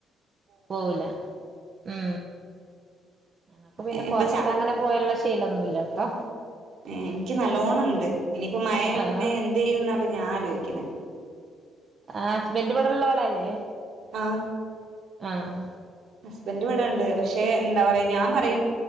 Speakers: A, on the right; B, on the right.
A: പോവൂല മ് ഞങ്ങക്ക് പിന്നെ
B: ഇപ്പൊ
A: പുറത്തങ്ങനെ
B: ച
A: പോയിള്ള ശീലൊന്നുല്ലട്ടോ
B: ഏഹേ എനിക്ക് നല്ലോണണ്ട് ഇനിയിപ്പോ മഴയോണ്ട്
A: ആഹ്
B: എന്തെയ്യുന്നാ ഞാനാലോചിക്കണേ
A: ആഹ് ഹസ്ബെൻഡ് ഇവടെള്ള ആളല്ലേ?
B: ആ
A: ആഹ്
B: ഹസ്ബൻഡ് വടെണ്ട് പക്ഷെ എന്താ പറയാ ഞാൻ പറയും